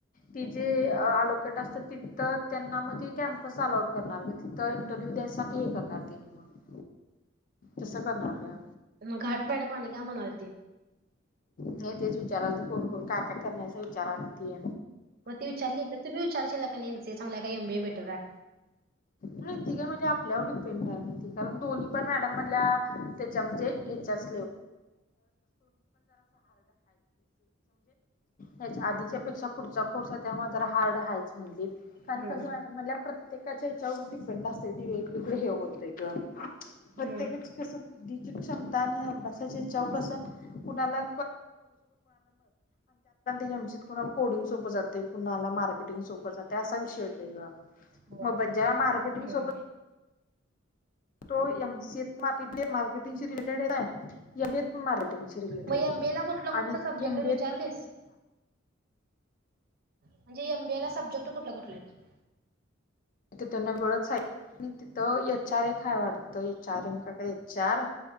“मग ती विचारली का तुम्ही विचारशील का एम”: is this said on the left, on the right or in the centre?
Right